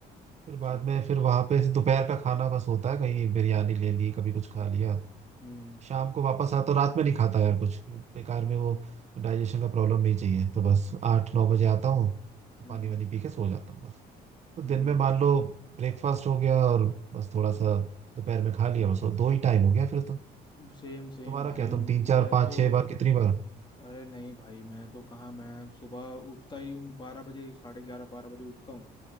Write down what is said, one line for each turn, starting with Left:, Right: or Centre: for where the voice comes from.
Right: फिर
Left: अच्छा
Right: बाद में फिर वहां पे दोपहर का खाना बस होता है कहीं बिरयानी ले ली कभी कुछ खा लिया
Left: हम्म
Right: शाम को वापस आता हूँ, रात में नहीं खाता यार कुछ बेकार में वो डाइजेशन का प्रॉब्लम नहीं चाहिए तो बस आठ नौ बजे आता हूँ तो
Left: हम्म
Right: पानी वानी पी के सो जाता हूँ बस तो दिन
Left: हम्म
Right: में मान लो ब्रेकफास्ट हो गया और बस थोड़ा सा दोपहर में खा लिया बस वो दो ही टाइम हो गया फिर तो
Left: सेम सेम
Right: तुम्हारा
Left: भाई
Right: क्या तुम तीन चार
Left: मैं
Right: पाँच
Left: तो
Right: छह बार कितनी बार
Left: अरे नहीं भाई मैं तो कहाँ मैं सुबह उठता ही हूँ बारह बजे साढ़े ग्यारह बारह बजे उठता हूँ